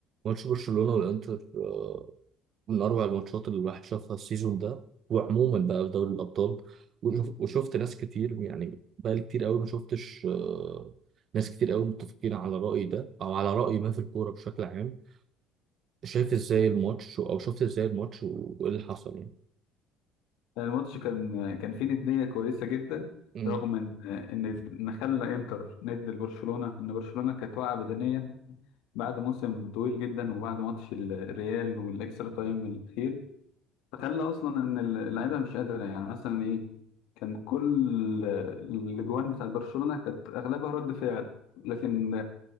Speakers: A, on the right; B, on the left.
A: ماتش برشلونة والإنتر آه، من أروع الماتشات اللي الواحد شافها السيزون ده وعموما بقى في دوري الأبطال وشف- وشفت ناس كتير يعني بقالي كتير قوي ما شفتش آه، ناس كتير قوي متفقين على رأيي ده أو على رأي ما في الكورة بشكل عام شايف إزاي الماتش أو شفت إزاي الماتش و- وإيه اللي حصل يعني
B: الماتش كان كان فيه ندية كويسة جدا
A: مم.
B: رغم ان ان ما خلى انتر ند لبرشلونة ان برشلونة كانت واقعة بدنيا بعد موسم طويل جدا وبعد ماتش ال- الريال والاكسترا تايم الاخير فخلى اصلا ان اللعيبة مش قادرة يعني مثلا ايه كان كل الاجوان بتاعت برشلونة كانت اغلبها رد فعل لكن